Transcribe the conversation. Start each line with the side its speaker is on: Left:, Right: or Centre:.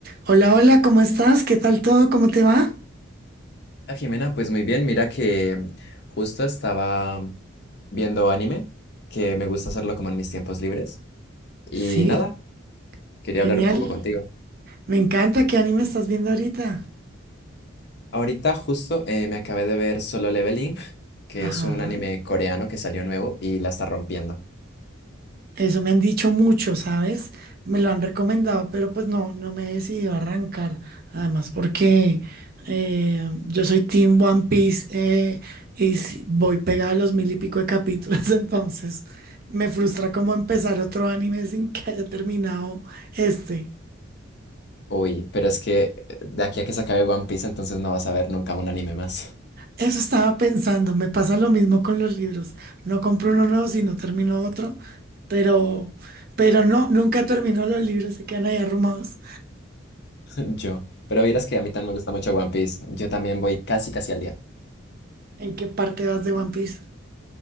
Right: Hola, hola, ¿cómo estás? ¿Qué tal todo? ¿Cómo te va?
Left: Ah, Jimena, pues muy bien, mira que justo estaba viendo anime, que me gusta hacerlo como en mis tiempos libres, y
Right: Sí,
Left: nada, quería
Right: genial.
Left: hablar un poco contigo.
Right: Me encanta. ¿Qué anime estás viendo ahorita?
Left: Ahorita justo eh, me acabé de ver Solo Leveling, que
Right: Ajá.
Left: es un anime coreano que salió nuevo y la está rompiendo.
Right: Eso me han dicho mucho, ¿sabes? Me lo han recomendado, pero pues no, no me he decidido a arrancar. Además, porque eh, yo soy Team One Piece eh, y si- voy pegada a los mil y pico de capítulos, <laughs> entonces me frustra como empezar otro anime sin que haya terminado este.
Left: Uy, pero es que eh, de aquí a que se acabe One Piece, entonces no vas a ver nunca un anime más,
Right: Eso estaba pensando, me pasa lo mismo con los libros. No compro uno nuevo, sino termino otro, pero, pero no, nunca termino los libros, se quedan ahí arrumados.
Left: <laughs> yo. Pero vieras que a mí también me gusta mucho One Piece, yo también voy casi casi al día.
Right: ¿En qué parte vas de One Piece?